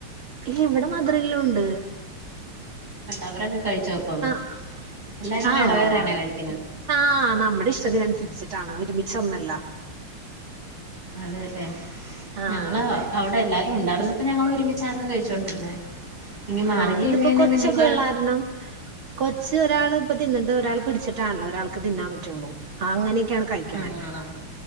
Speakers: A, on the right (about 65°); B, on the right (about 20°).
A: ഇല്ല ഇവിടെ മദർല്ലാണ്ട്
B: അവരൊക്കെ കഴിച്ചോപ്പം
A: ആഹ്
B: എല്ലാരും
A: ആഹ്
B: വേറെ വേറെ ആണോ കഴിക്കണെ
A: ആഹ് നമ്മുടെ ഇഷ്ടത്തിനനുസരിച്ചിട്ടാണ് ഒരുമിച്ചോന്നല്ല
B: അതെല്ലേ
A: ആഹ്
B: ഞങ്ങള്
A: അതെ
B: അവിടെ എല്ലാരും ഉണ്ടായിരുന്നപ്പോ ഞങ്ങള് ഒരുമിച്ച് ഒരുമിച്ചായിരുന്നു കഴിച്ചോണ്ടിരുന്നേ ഇനി മാറിക്കഴിഞ്ഞ്
A: ആഹ് ഇതിപ്പോ
B: കഴിഞ്ഞാ
A: കൊച്ചൊക്കെഉള്ള
B: പിന്നിപ്പ
A: കാരണം കൊച്ച് ഒരാൾ ഇപ്പ തിന്നിട്ട് ഒരാൾ പിടിച്ചിട്ടാണല്ലോ ഒരാൾക്ക് തിന്നാൻ പറ്റുള്ളൂ ആ അങ്ങനെയൊക്കെയാണ് കഴിക്കണേ
B: അങ്ങനെ